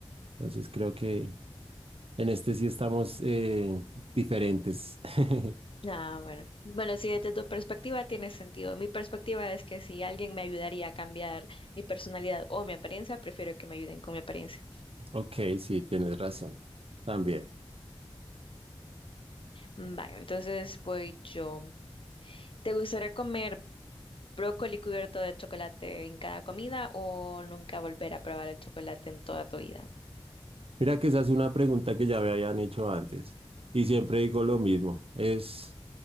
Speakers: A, on the right; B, on the left.
A: Entonces creo que en este sí estamos eh, diferentes. <laughs>
B: Ah, bueno. Bueno, sí, desde tu perspectiva tiene sentido. Mi perspectiva es que si alguien me ayudaría a cambiar mi personalidad o mi apariencia, prefiero que me ayuden con mi apariencia.
A: Ok, sí, tienes razón. También.
B: Vale, entonces voy yo. ¿Te gustaría comer brócoli cubierto de chocolate en cada comida o nunca volver a probar el chocolate en toda tu vida?
A: Mira que esa es una pregunta que ya me habían hecho antes y siempre digo lo mismo. Es